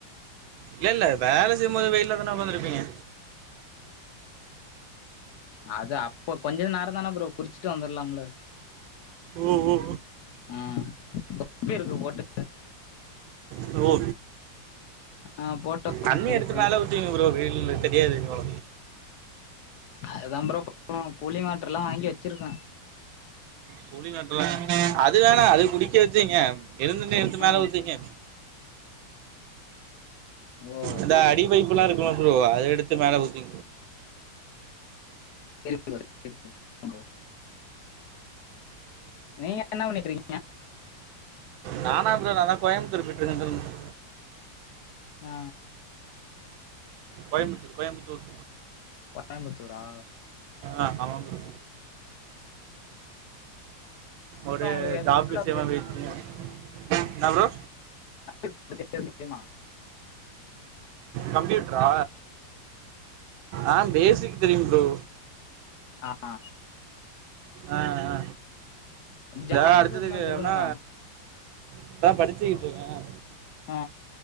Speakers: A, on the right; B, on the left.
A: இல்ல இல்ல வேல செய்யும்போது வெயில்லதான உக்காந்திருப்பீங்க
B: அது அப்ப கொஞ்ச நேரந் தான ப்ரோ குறுச்சுட்டு வந்துரலாம்ல
A: ஒ ஒ ஒ
B: ம் இருக்கு போட்டு
A: ப்ரோ
B: ஆ போட்டு உக்காந்துக்க
A: தண்ணி
B: வேண்டியதுதா
A: எடுத்து மேல ஊத்துவைங்க ப்ரோ வெய்லு தெரியாது ப்ரோ
B: அதுதா ப்ரோ <inaudible> கூழிங் வாட்டர்ல்லா வாங்கி வச்சுருக்கே
A: கூலிங்வாட்டறா அது வேணா அது புடிக்க வச்சீங்க எளுந்த உடனே எடுத்து மேல
B: ஆ
A: ஊத்திங்க
B: ஓ
A: இந்த அடிபைப்புல்லா இருக்குல்ல ப்ரோ அத எடுத்து மேல ஊத்தி
B: சரி ப்ரோ சரி ப்ரோ நீங்க என்ன பண்ணிட்டு இருக்கீங்
A: நானா ப்ரோ நாலா கோயம்புத்தூர்பேயிட்டு இருக்கன் த்ரு
B: ஆ
A: கோயம்புத்தூர் கோயம்புத்தூர்
B: ஒட்டஞ்சத்தூரா
A: ஆ ஆமாம்ப்ரு ஒரு
B: உங்களுக்கு எதாவது
A: ஜாப் விஷயமா
B: தெரியுமா
A: போயிட்ருகே
B: உங்களுக்கு
A: இன்னா ப்ரோ
B: <inaudible>
A: கம்ப்யூட்ரா ஆ பேசிக்குத்தெரியும் ப்ரோ
B: அஆ
A: ஆ ஆ
B: ஜாப்
A: யா அடுத்ததுக்கு
B: எது இருந்தா சொல்லுங்களா
A: என்னா இப்பதா படுச்சுக்கிட் இருக்கே
B: அ